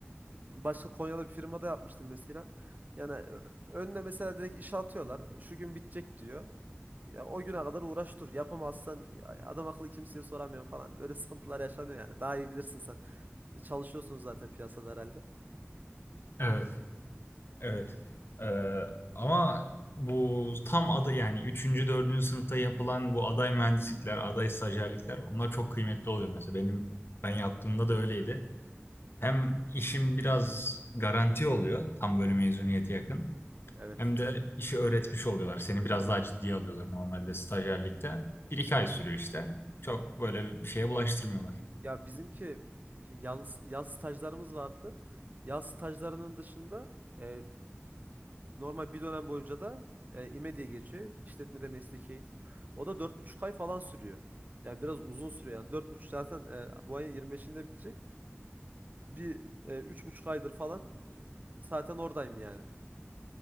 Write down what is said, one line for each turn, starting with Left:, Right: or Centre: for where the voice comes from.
Right: başka Konya'da bir firmada yapmıştım mesela. Yani ö- önüne mesela direkt işe atıyorlar. Şu gün bitecek diyor. Ya o güne kadar uğraş dur. Yapamazsan ya adam akıllı kimseye soramıyorum falan. Böyle sıkıntılar yaşanıyor yani. Daha iyi bilirsin sen. Çalışıyorsunuz zaten piyasada herhalde.
Left: Evet, evet. Ee, ama bu tam adı yani üçüncü dördüncü sınıfta yapılan bu aday mühendislikler, aday stajyerlikler onlar çok kıymetli oluyor. Mesela benim ben yaptığımda da öyleydi. Hem işim biraz garanti oluyor tam böyle mezuniyete yakın.
Right: Evet.
Left: Hem de işi öğretmiş oluyorlar. Seni biraz daha ciddiye alıyorlar normalde stajyerlikte. Bir iki ay sürüyor işte. Çok böyle bir şeye bulaştırmıyorlar.
Right: Ya bizimki yaz, yaz stajlarımız vardı. Yaz stajlarının dışında e, Normal bir dönem boyunca da e, İME diye geçiyor. İşletmede mesleki eğitim. O da dört buçuk ay falan sürüyor. Yani biraz uzun sürüyor. Yani dört buçuk zaten e, bu ayın yirmi beşinde bitecek. Bir e, üç buçuk aydır falan e, zaten oradayım yani.